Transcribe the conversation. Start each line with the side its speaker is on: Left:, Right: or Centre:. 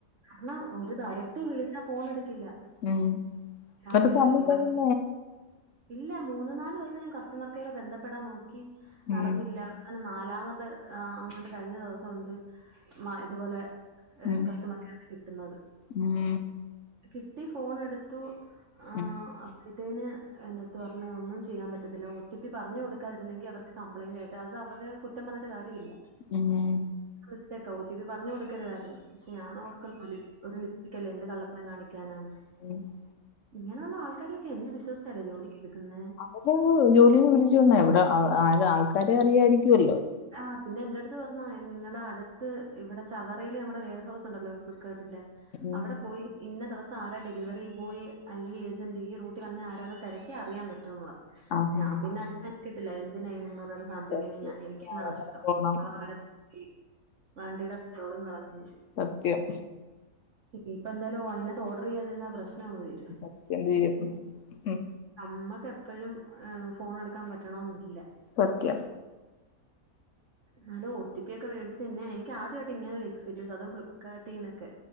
Right: ന്നാ ഓല് തരട്ടെ <unintelligible> ന്നാ ഫോണെടുക്കില്ല
Left: ഉം
Right: ഞാനൊര്
Left: എന്നിട്ട് തന്നില്ലേ
Right: മൂ
Left: പിന്നെ
Right: ഇല്ല മൂന്ന് ന്നാല് ദിവസം ഞാൻ കസ്റ്റമർ കെയറെ ബന്ധപ്പെടാം ന്നോക്കി ന്നടന്നില്ല
Left: ഉം
Right: അതെന്നെ ന്നാലാമത് ആഹ് അങ്ങട്ട് കഴിഞ്ഞ ദിവസം ഒണ്ട് മ ഇതുപോലെ
Left: ഉം
Right: കസ്റ്റമർക്കാണ് കിട്ടുന്നത്
Left: ഉം
Right: കിട്ടി ഫോണെടുത്തു ആ
Left: ഉം
Right: അഹ് ത്തേന് എൻ്റെട്ത്ത് പർഞ്ഞ് ഒന്നും ചെയ്യാൻ പറ്റത്തില്ല ഒ ടി പി പറഞ്ഞു കൊടുക്കാതിരുന്നെങ്കി അവർക്ക് കംപ്ലയിന്റായിട്ട് അത് അവരെ കുറ്റ റ്റം പർഞ്ഞിട്ട് കാര്യല്ല
Left: ഏഹ്
Right: മിസ്റ്റേക്ക ഒ ടി പി പറഞ്ഞു കൊടുക്കരുതായിരുന്നു പക്ഷേ ഞാന് ഓർക്ക ഒര് ഒരു ലിപ്സ്റ്റിക്കെല്ലേ എന്ത് കള്ള ത്തരം കാണിക്കാനാന്ന്
Left: സത്യം
Right: ഇങ്ങനെയുള്ള ആൾക്കാരൊക്കെ എന്ത് വിശ്വാസിച്ചാലേ ജോലിക്ക് എടുക്കുന്നേ
Left: എപോൾ ജോലീന്ന് പിരിച്ചുവിടണെ ഇവിടെ അവ് ആര് ആൾക്കാരെ അറിയായിരിക്കുല്ലോ
Right: ആഹ് പിന്നെ എന്റ അടുത്ത് പറഞ്ഞു നിങ്ങളടെ അടുത്ത് ഇവിടെ ചവറേല് അമ്മുടെ വെയർ ഹൗസ് ഉണ്ടല്ലോ ഫ്ലിപ്പ്കാർട്ടിന്റെ
Left: ഉം
Right: അവിടെ പോയി ഇന്ന ദിവസം ആരാ ഡെലിവറി ബോയ് അല്ലേ ഏജന്റ് ഈ റൂട്ടി വന്നെ ആരാന്ന് തെരക്യാ അറിയാം പറ്റോന്നുറി
Left: ആഹ്
Right: ഞാം
Left: ആഹ്
Right: പിന്നെ അത് മെനകീട്ടില്ല എന്തിനാ ഈ മുന്നൂറ് രൂപേടെ സാനത്തിന്
Left: സത്യം
Right: <unintelligible> ഇനിക്കെന്ന
Left: അവിടെ
Right: നഷ്ടം
Left: പോണം
Right: അവിടെ വരെ പോയി വണ്ടിടെ പെട്രോളും കളഞ്ഞ്
Left: സത്യം
Right: ഇനീപ്പോ എന്തായാലും അയ്നത്ത് ഓഡർ എയ്യാതിരുന്ന പ്രശ്നാവോയ്
Left: അപ്പെന്ത് എയ്യും മ്
Right: ന്നമ്മക്ക് എപ്പഴും ഫോണ് എടുക്കാം പറ്റണോന്നില്ല
Left: സത്യം
Right: ന്നലോം ഒ ടി പി ഒക്കെേ വേട്ച്ച് എന്നെ എനിക്ക് ആദ്യ ആയിട്ടാ ഇങ്ങനെ ഒര് എക്സ്പീരിയൻസ് അതും ഫ്ലിപ്പ്കാട്ടീന്നൊക്കെ